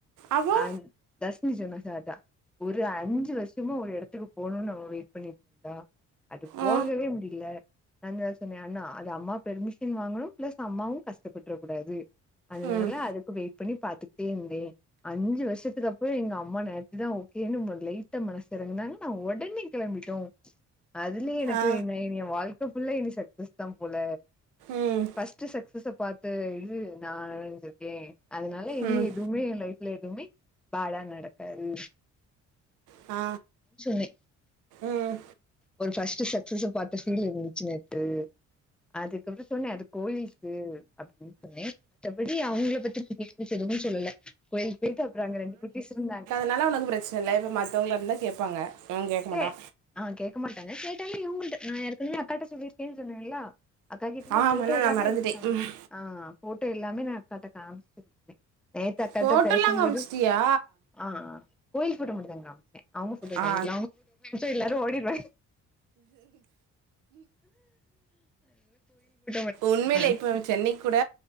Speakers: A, on the right (about 80°); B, in the centre.
A: அப்போ
B: அந் தர்ஷினி சொன்னா கரட்டா ஒரு அஞ்சு வர்ஷமா ஒரு எடத்துக்கு போகணுன்னு அவ வெயிட் பண்ணிட்டு இருக்கா அது போகவே
A: ஆ
B: முடில நா தா சொன்னே அண்ணா அது அம்மா பெர்மிஷன் வாங்கனோ பிளஸ் அம்மாவு கஷ்டப்பட்ற குடாது அதனால
A: ம்
B: அதுக்கு வெயிட் பண்ணி பாத்துக்கிட்டே இருந்தே அஞ்ஜி வருஷத்துக்கப்றோ எங்க அம்மா நேத்துதா ஓகேன்னு லைட்டா மனசு தெறந்தாங்க நா ஒடனே கெளம்பிட்டோ அதுலயே எனக்கு
A: ஆ
B: என்னெ எனிய வாழ் க்க ஃபுல்லா இனி சக்ஸஸ் தா போல
A: ம்
B: ஃபஸ்ட்டு சக்ஸச பாத்த இது நா அழுதிட்டே அதனால இனி
A: ம்
B: எதுவுமே ஏ லைஃப்ல எதுவுமே பேடா நடக்காது
A: ஆ
B: சொன்னே
A: ம்
B: ஒரு ஃபஸ்ட்டு சக்சஸ பாத்த பீல் இருந்துச்சு நேத்து அதுக்கப்றோ சொன்னே அது போலீஸ்சு அப்டின்னு சொன்னே மத்தபடி அவங்கள பத்திச்ச எதுவும்மே சொல்லல கோயிலுக்கு போயிட்டு அப்புற அங்க ரெண்டு குட்டிஸ் இருந்தாங்க
A: அதனால உனக்கு பிரச்சன இல்ல இப்ப மத்தவங்களா இருந்தா கேப்பாங்க இவெ கேட்க
B: கே
A: மாட்டா
B: ஆ கேக்க மாட்டாங்க கேட்டாலு இவங்ள்ட நா ஏர்கனவே அக்காட்ட சொல்லிருக்கேனு சொன்னேல்ல அக்கா கிட்ட நா
A: ஆமாண்ணா
B: போட்டோ எல்லாமே
A: நான் மறந்துட்டேன்
B: எடுத்து காம்
A: ம்
B: ஆ போட்டோ எல்லாமே நா அக்காட்டா காம்ச்சிருந்தே நேத்து அக்காட்ட
A: ஃபோட்டோலாம்
B: பேசம்போது
A: காமிச்சிட்டியா
B: ஆ ஆ கோயில் போட்டோ மட்டுந்தா காமிச்சே அவங்க போட்டோ
A: ஆ
B: காமிக்கள அவங் ச்சா எல்லாரு ஓடிருவாங் மட்டுந்தா
A: உண்மையிலே
B: நா காமிச்சே
A: இப்ப சென்னைக் கூட